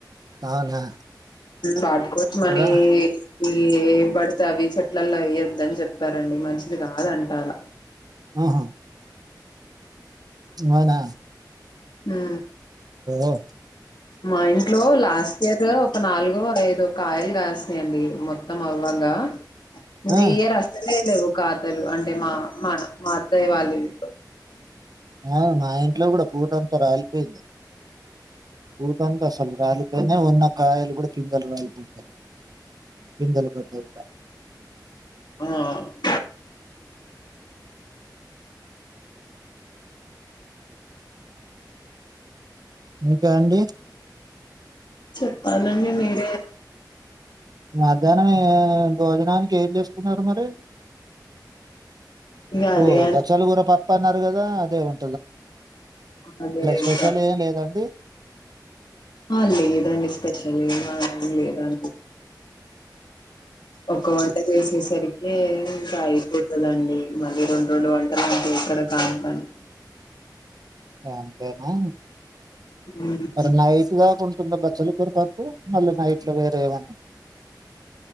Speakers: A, on the right; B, on the left.
A: అవునా
B: వాట్కోసమని
A: రా
B: ఇగా ఏవి పడితే అవి చెట్లల్ల వేయ్యద్దని చెప్పారండి మంచిది కాదంట ఆలా
A: ఆ హ్ అవునా
B: హ్
A: ఓ
B: మా ఇంట్లో లాస్ట్ ఇయర్ ఒక నాలుగో ఐదొ కాయలు కాసినై యండి మొత్తం అవ్వగా ఇంకా
A: ఆ
B: ఈ ఇయర్ ఆస్తనేలేవు కాతలు అంటే మా మా మా అత్తయ్య వాళ్ళ ఇంట్లో
A: ఆ నా ఇంట్లో కూడా పూతంత రాలి పోయింది. పూతంత అసలు రాలిపోయింది ఉన్న కాయలు కూడా పిందలు రాలిపోతన్నాయి. పిందలు పడ్డయి. కూడా
B: ఆ అఓే
A: ఇంకా అండి
B: చెప్పాలండి మీరే
A: మాధ్యానమే భోజనానికి కి ఏం చేసుకున్నారు. మరి
B: ఇగ అదే
A: ఓ బచ్చలు కూర పప్పు అన్నరు. అదే గాదా అదే ఉం
B: అదేకా
A: స్పెషల్ ఏం లేదండి
B: అ లేేదాండి స్పెషలీ అదకా ఒక సరికి ఏకాయి తుదండి మళ్ళీ రెండు రెండు వంటలు ఉంటే ఇక్కడ కానుపానీ
A: అంతేనా
B: హ్మ్.
A: మరి నైట్ దాకా ఉంటుంద బచ్చల పరపప్పు మళ్ళీ నైట్ లో వేరే ఏవన్నా